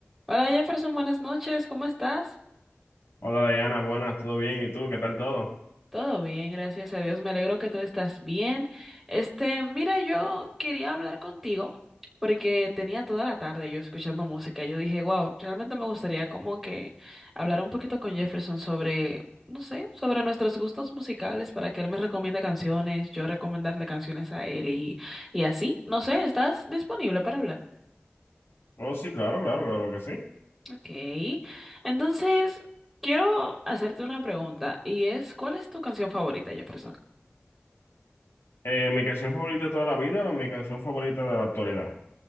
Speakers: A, in the centre; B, on the left.
A: Hola Jefferson, buenas noches, ¿cómo estás?
B: Hola Diana, buenas, ¿todo bien? ¿Y tú? ¿Qué tal todo?
A: Todo bien, gracias a Dios, me alegro que tú estás bien. Este, mira, yo quería hablar contigo porque tenía toda la tarde yo escuchando música. Yo dije, wow, realmente me gustaría como que hablar un poquito con Jefferson sobre, no sé, sobre nuestros gustos musicales para que él me recomiende canciones, yo recomendarle canciones a él y, y así. No sé, ¿estás disponible para hablar?
B: Oh, sí, claro, claro, claro que sí.
A: Ok. Entonces, quiero hacerte una pregunta y es, ¿cuál es tu canción favorita, Jefferson?
B: Eh, ¿mi canción favorita de toda la vida o mi canción favorita de la actualidad?